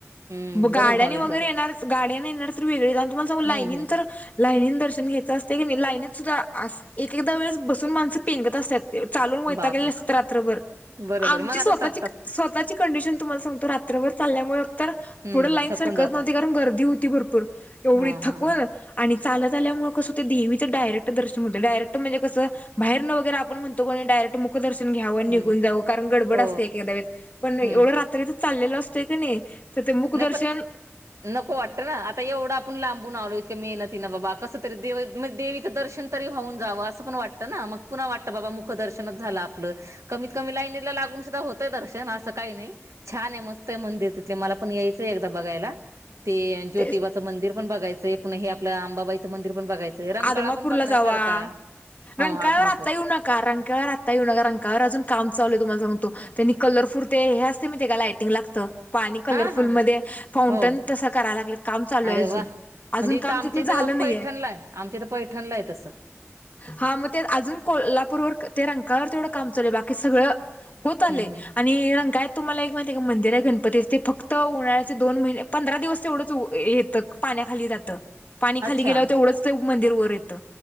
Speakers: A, on the right; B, on the left.
A: हम्म. बरेच
B: गाड्याने
A: भाविक
B: वगैरे
A: जातात.
B: येणार गाड्याने येणार तर वेगळेच तुम्हाला सग
A: हम्म
B: लाईननीन
A: हम्म
B: तर लाईनीन दर्शन घ्यायं असते की नाही. लाईनीतसुद्धा अस एक एकदा वेळेस बसून माणसं पेंगत असत्यात. चालून वैताग
A: बापरे!
B: गेले असतात रात्रभर.
A: बरोबर
B: आमची
A: मग आता
B: स्वतःची
A: थकतात.
B: स्वतःची कंडिशन तुम्हाला सांगतो, रात्रभर चालल्यामुळ तर
A: हम्म
B: पुढं लाईन
A: थकून
B: सरकत
A: जातात.
B: नव्हती कारण गर्दी होती. भरपूर एवढी
A: हा हा
B: थकून
A: हा
B: आणि त ल झाल्यामुळे कसं ते देवीचं डयेक्ट दर्शन होते डायेक्ट म्हणजे, कस बाहेर न वगैरे आपणतो को डयर मुकदर्शन. घ्या निघून
A: हम्म
B: जाव कारण गडबड
A: हो
B: असते, एक वेळे पण एवढं
A: हम्म
B: रात्रीच चाललेलं असतय क नाही. तर ते मुकदर्शन
A: नाही पण नको वाटतं ना! आता एवढं आपण लांबून आलो, इतकं मेहनती ना! बाबा कसं तरी दे देवीचं दर्शन तरी होऊन जावं असण वाट ना! मग पुन्हा वाटतं बाबा मुखदर्शनच झालं आपलं कमीत कमी लाई लागू होत दर्शन असं काही नाही, छान आहे, मस्त आहे, मंदिर ते मला पण यायच एकदा बघायला ते ज्योतिबाचं
B: तेच
A: मंदिर पण बघायचं हे, आपलं आंबाबाईचं मंदिर, पण बघायचंय रंकाळा
B: आदमा
A: पण
B: पुरला
A: बघण्यासारखा
B: जावा. रंकाळावर
A: हा आदमापूर
B: आत्ता येऊ नका! रंकाळवर आता येऊ नका! रंकावर अजून काम <unintelligible> ल आहे तुम्हाला सांगतो त्यांनी कलरफुर ते हे असते मी ते का लायटिंग लागत. पाणी कलरफुल
A: हा हा
B: मध्ये फाउंटन
A: हो
B: तसं करायला लागलं काम चालू आहे
A: अरे
B: अजून.
A: वा
B: अजून
A: म्हणजे इथं
B: काम
A: आमच्या
B: तिथलं झालं
A: इथं
B: नाहीे.
A: पैठणला आहे आमच्या तर पैठणला आहे तसं.
B: हा मग ते अजून कोल्हापूरवर ते रंकाळा वर तेवढं काम चालू बाकी सगळं होत आले,
A: हम्म हम्म
B: आणि रंग तुम्हाला एक माहिती आहे का मंदिर आहे. गणपतीचे ते फक्त उन्हाळ्याचे दोन महिने पंधरा दिवस तेवढंच येतं पा पाण्या खाली जात, पाणी खाली
A: अच्छा
B: गेल्यावर तेवढंच ते मंदिर वर येतय.